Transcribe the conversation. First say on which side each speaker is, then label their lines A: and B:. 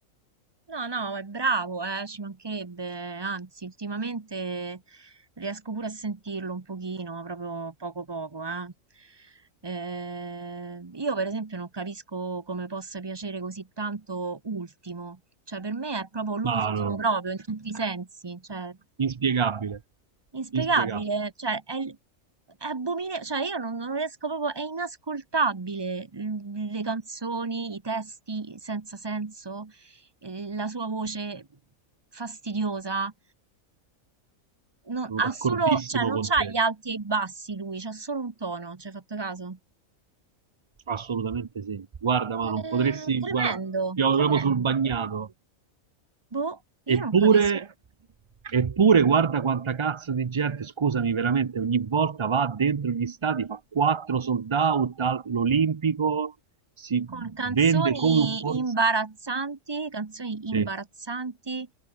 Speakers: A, on the right (about 20°); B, on the right (about 45°).
A: No, no, è bravo, eh, ci mancherebbe. Anzi, ultimamente riesco pure a sentirlo un pochino, ma proprio poco poco, eh. Eh, io per esempio non capisco come possa piacere così tanto Ultimo, cioè per me è proprio l'ultimo
B: Ma no,
A: proprio in tutti i sensi, cioè
B: inspiegabile,
A: Inspiegabile,
B: inspiegabile.
A: cioè è, l- è abomine- cioè io non, non riesco proprio, è inascoltabile l- le canzoni, i testi senza senso, eh, la sua voce fastidiosa. Non,
B: Sono
A: ha
B: d'accordissimo
A: solo, cioè non
B: con
A: c'ha
B: te.
A: gli alti e i bassi lui, c'ha solo un tono, ci hai fatto caso?
B: Assolutamente sì. Guarda, ma
A: Eh,
B: non potresti,
A: tremendo,
B: guarda, piove
A: tremendo.
B: proprio sul bagnato.
A: Boh, io
B: Eppure,
A: non capisco.
B: eppure guarda quanta cazzo di gente, scusami veramente, ogni volta va dentro gli stadi, fa quattro sold out all'Olimpico, si
A: Con
B: vende
A: canzoni
B: come forse...
A: imbarazzanti, canzoni
B: Sì.
A: imbarazzanti,